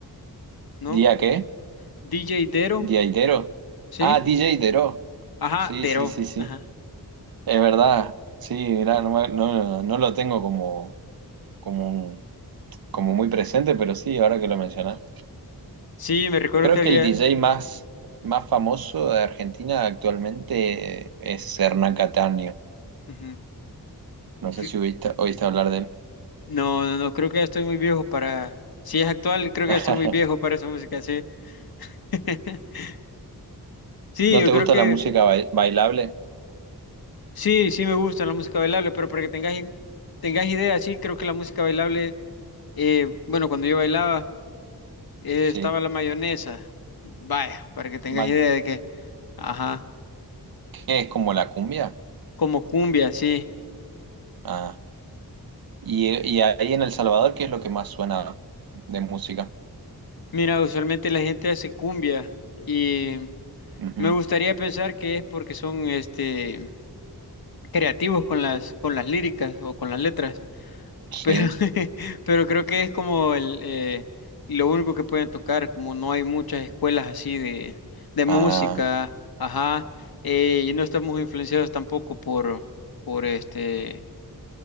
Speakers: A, on the left (about 65°); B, on the right (about 65°).
A: ¿no?
B: ¿Día qué?
A: DJ Dero
B: ¿Día Itero?
A: ¿Sí?
B: Ah, DJ Itero.
A: Ajá,
B: Sí,
A: Dero.
B: sí, sí, sí.
A: Ajá.
B: Es verdad. Sí, mirá, no, me- no, no lo tengo como, como, un- como muy presente, pero sí, ahora que lo mencionás.
A: Sí, me recuerdo
B: Creo
A: que había.
B: que el DJ más, más famoso de Argentina actualmente es Hernán Cataño.
A: ujú.
B: No
A: Sí,
B: sé si oíste, oíste hablar de él.
A: No, no, no, creo que ya estoy muy viejo para. Si es actual, creo
B: <laughs>
A: que ya estoy muy viejo para esa música, sí. <laughs> Sí,
B: ¿No
A: yo
B: te
A: creo
B: gusta
A: que
B: la música bai- bailable?
A: sí, sí me gusta la música bailable, pero para que tengas, in- tengas idea, sí, creo que la música bailable, eh, bueno, cuando yo bailaba, eh,
B: Sí.
A: estaba la mayonesa. Vaya, para que tengas
B: Ma-
A: idea de que, ajá,
B: ¿Qué es como la cumbia?
A: como cumbia, sí.
B: Ah. Y, y ahí en El Salvador, ¿qué es lo que más suena de música?
A: Mira, usualmente la gente hace cumbia y
B: Ujú,
A: Me gustaría pensar que es porque son este creativos con las con las líricas o con las letras,
B: Sí.
A: pero <laughs> pero creo que es como el eh, lo único que pueden tocar, como no hay muchas escuelas así de de música,
B: Ah,
A: ajá, eh, y no estamos influenciados tampoco por por este